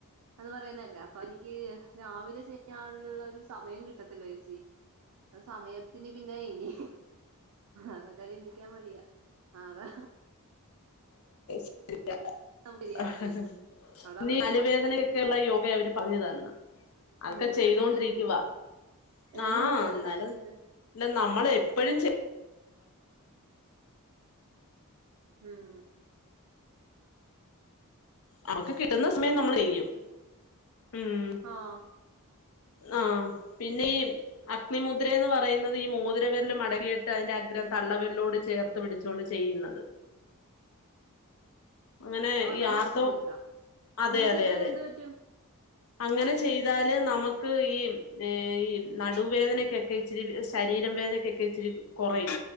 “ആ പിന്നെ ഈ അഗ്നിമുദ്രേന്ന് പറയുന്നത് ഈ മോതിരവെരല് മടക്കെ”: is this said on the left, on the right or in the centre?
Left